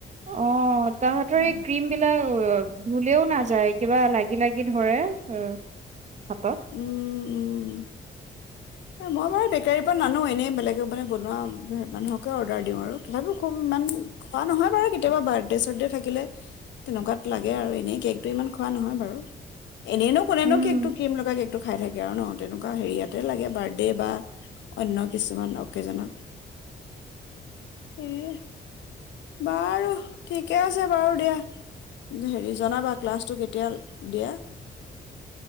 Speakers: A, on the right; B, on the left.
A: অ তাহতৰ
B: উম
A: এই ক্ৰীম বিলাক ধুলেও নাযায় কিবা লাগি লাগি ধৰে হাতত
B: উম উম মই বাৰু বেকাৰীৰ পৰা নানো এনেই বেলেগক মানে বনোৱা মানুহকে অৰ্ডাৰ দিওঁ আৰু তথাপিও খুব ইমান খোৱা নহয় বাৰু কেতিয়াবা বাৰ্থডে চাৰ্থডে থাকিলে তেনেকুৱাত লাগে আৰু এনেই কেকটো ইমান খোৱা নহয় বাৰু এনেই নো কোনেনো
A: উম
B: কেকটো ক্ৰীম লগাই কেকটো খাই থাকে আৰু ন তেনেকুৱা হেৰি লাগে বাৰ্থডে বা অন্য কিছুমান অকেজনত উম বাৰু ঠিকে আছে বাৰু দিয়া হেৰি জনাবা ক্লাছটো কেতিয়া দিয়া